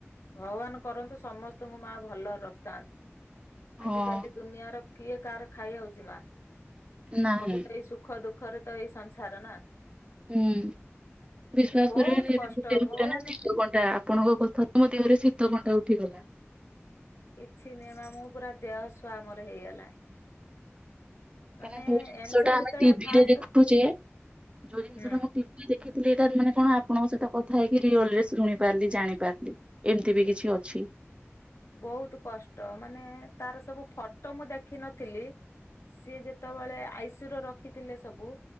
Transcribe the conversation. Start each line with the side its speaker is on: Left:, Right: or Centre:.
Left: ଭଗବାନ କରନ୍ତୁ ସମସ୍ତଙ୍କୁ ମାଆ ଭଲରେ ରଖିଥାନ୍ତୁ
Right: ହଁ
Left: ଆଜିକାଲି ଦୁନିଆର କିଏ କାହାର ଖାଇ ହାଉଛି ମା
Right: ନାହିଁ
Left: ସବୁ ତ ଏଇ ସୁଖ ଦୁଃଖ ଦୁଖରେ ତ ଏଇ ସଂସାର ନା।
Right: ହୁଁ ବିଶ୍ଵାସ
Left: ବହୁତ
Right: କରିବନି
Left: କଷ୍ଟ
Right: <unintelligible>
Left: ଭଗବାନ
Right: ଆପଣଙ୍କ କଥା ତ ମୋ ଦେହରେ ଶୀତକଣ୍ଟା ଉଠିଗଲା।
Left: କିଛି ନିୟମାମ ମୁଁ ପୁରା ଦେହ ଶୁଆ ମୋର ହେଇଗଲାଣି। ମାନେ
Right: କାହିଁକି ଯୋଉ
Left: ଏମସ
Right: ଜିନିଷଟା
Left: ରେ ଯେତେବେଳେ
Right: ଆମେ ଟିଭି
Left: ଫାଷ୍ଟ
Right: ରେ ଦେଖୁଛେ ଯୋଉ ଜିନିଷଟା
Left: ହୁଁ
Right: ଟି ମୁଁ ଦେଖିଥିଲି ଇଟା ମାନେ କଣ ଆପଣଙ୍କ ସହିତ କଥା ହେଇକି ରିଅଲରେ ଶୁଣି ପାରିଲି ଜାଣିପାରିଲି। ଏମିତି ବି କିଛି ଅଛି।
Left: ବହୁତ କଷ୍ଟ ମାନେ ତାର ସବୁ ଫଟୋ ମୁଁ ଦେଖିନଥିଲି ସିଏ ଯେତେବେଳେ ଆଇସିୟୁ ର ରଖିଥିଲେ ସବୁ